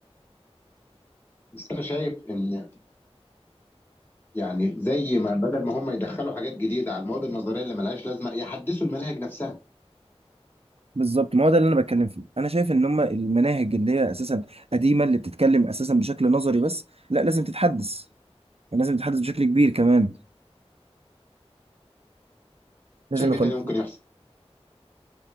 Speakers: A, on the left (about 20°); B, on the right (about 65°).
A: بس انا شايف ان يعني زي ما بدل ما هم يدخلوا حاجات جديده على المواد النظريه اللي ملهاش لازمه يحدثوا المناهج نفسها
B: بالظبط ما هو ده اللي انا بتكلم فيه انا شايف ان هم المناهج اللي هي اساسا قديمه اللي بتتكلم اساسا بشكل نظري بس لا لازم تتحدث لازم تتحدث بشكل كبير كمان لازم
A: شايف
B: يكون
A: ايه تاني ممكن يحصل